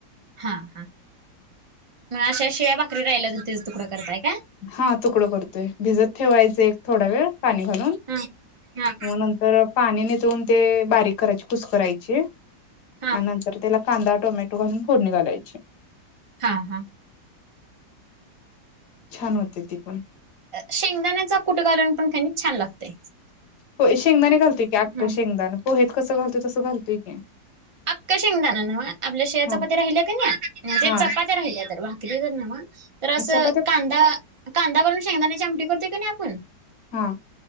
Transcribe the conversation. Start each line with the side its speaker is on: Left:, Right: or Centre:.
Right: हा, हा, मग अशा शिळ्या भाकरी राहिल्या तर त्याच तुकडं करताय का?
Left: हा तुकड करतोय. भिजत ठेवायच एक थोडा वेळ पाणी घालून
Right: हा हा
Left: मग नंतर तर पाणी नितळून ते बारीक करायचे कुस्करायची आणि
Right: हा
Left: नंतर त्याला, कांदा, टोमॅटो घालून फोडणी घालायची.
Right: हा, हा,
Left: छान होते ती पण,
Right: शेंगदाण्याचा कुट घालून पण किनी छान लागतय.
Left: हो शेंगदाणे घालतोय की आख्ख
Right: हं
Left: शेंगदाण पोहेत कसं घालतोय तसं घालतोय की,
Right: आख्ख शेंगदाण नव्ह. आपल्या शिळ्या
Left: हा
Right: चपात्या राहिल्या का नाही म्हणजे
Left: हा
Right: चपात्या राहिल्या तर भाकरी जर नव्ह. तर असं
Left: चपात्या
Right: कांदा, कांदा घालून शेंगदाण्याची आमटी करतोय की नाही आपण
Left: हा,